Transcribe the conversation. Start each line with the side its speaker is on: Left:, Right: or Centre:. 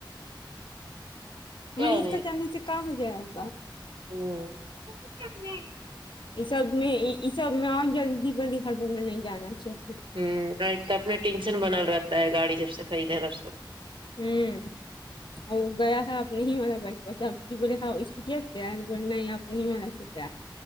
Right: <inaudible> کیا
Left: منیش کا جاننے سے کا ہو جائے گا
Right: ہمم
Left: اس سب میں اس سب میں اور جلدی بلدی ہڑبڑ میں نہیں جانا چاہی
Right: ہمم ایک تو اپنے ینشن بنل رہتا ہے گاڑی جب سے خریدیں تب سے
Left: ہممم اور گیا ہے آپ نے ہمارا بائک پس آپ بولے اسکوٹیا سے دیانہیں آپ نے ہمارا س دیا